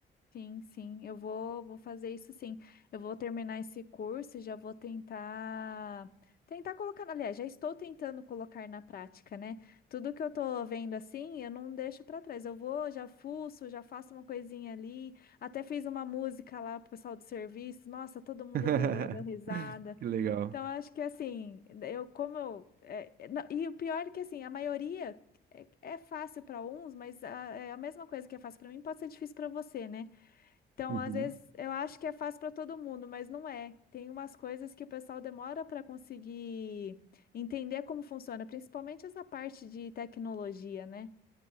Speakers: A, on the left; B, on the right.
A: Sim, sim. Eu vou, vou fazer isso sim. Eu vou terminar esse curso e já vou tentar. Tentar colocar, aliás, já estou tentando colocar na prática, né? Tudo que eu tô vendo assim, eu não deixo para trás. Eu vou, já fuço, já faço uma coisinha ali. Até fiz uma música lá pro pessoal do serviço. Nossa, todo mundo
B: <laughs>
A: adorou, deu risada.
B: Que legal.
A: Então, acho que assim, eu como eu. é, é, não, e o pior é que assim, a maioria é, é fácil para uns, mas a, é a mesma coisa que é fácil para mim pode ser difícil para você, né? Então,
B: Uhum.
A: às vezes, eu acho que é fácil para todo mundo, mas não é. Tem umas coisas que o pessoal demora para conseguir entender como funciona, principalmente essa parte de tecnologia, né?